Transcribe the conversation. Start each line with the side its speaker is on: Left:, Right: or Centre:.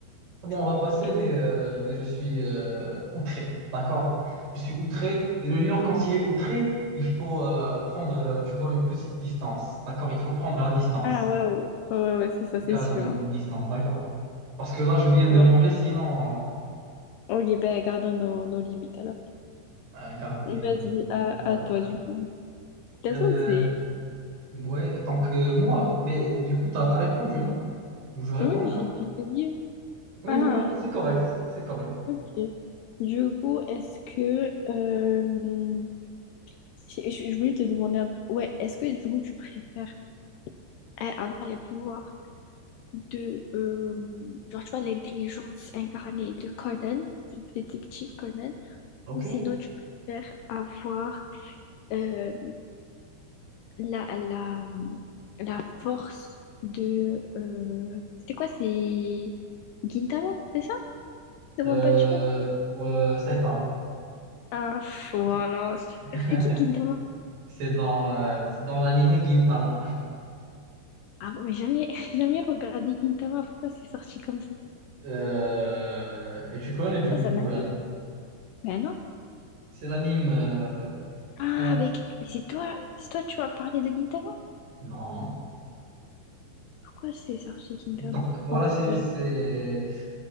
Right: Bon, on va
Left: <laughs>
Right: passer, mais, euh, mais je suis euh, outré, d'accord? Je suis outré. Et le lion, quand il est outré, il faut euh, prendre, euh, tu vois, une petite distance, d'accord? Il faut prendre la distance.
Left: Ah, waouh. Ouais, ouais, ouais, c'est ça,
Right: Garde
Left: c'est sûr.
Right: une,
Left: hein.
Right: une distance, d'accord? Parce que là, je viens de
Left: Ouais.
Right: manger, sinon,
Left: Ok, ben, gardons nos, nos limites alors.
Right: euh, garde tes
Left: Vas-y,
Right: limites.
Left: à,
Right: Bon,
Left: à
Right: euh,
Left: toi, du coup. Attends,
Right: euh,
Left: c'est.
Right: ouais, donc euh, moi, mais du coup, t'as, t'as répondu, non? Ou je réponds
Left: Oui,
Right: encore?
Left: j'ai du livre.
Right: Oui,
Left: Ah,
Right: voilà, c'est correct, c'est correct.
Left: ok. Du coup, est-ce que. euh, Si- Je je voulais te demander un truc. Ouais, est-ce que du coup tu préfères euh, avoir les pouvoirs de, euh, genre tu vois, l'intelligence incarnée de Conan, du détective Conan,
Right: Ok.
Left: ou sinon tu préfères avoir euh, la, la, la force de... euh, c'était quoi, c'est Gintama, c'est ça? De
Right: Euh,
Left: One Punch Man?
Right: ouais, ça y est,
Left: Ah, pff, voilà. C'est
Right: <laughs>
Left: qui Gintama?
Right: C'est dans, euh, c'est dans l'anime Gintama.
Left: Ah bon, mais jamais, <laughs> jamais regardé Gintama, pourquoi c'est sorti comme ça?
Right: Euh, et tu connais du,
Left: Pourquoi
Right: du
Left: ça m'a
Right: coup l'anime.
Left: Ben non.
Right: C'est l'anime. euh,
Left: Ah,
Right: c'est un-
Left: avec... Mais c'est toi, c'est toi, tu m'as parlé de Gintama?
Right: Non.
Left: Pourquoi c'est sorti Gintama?
Right: Donc voilà,
Left: Ouais,
Right: c'est
Left: bref.
Right: c'est-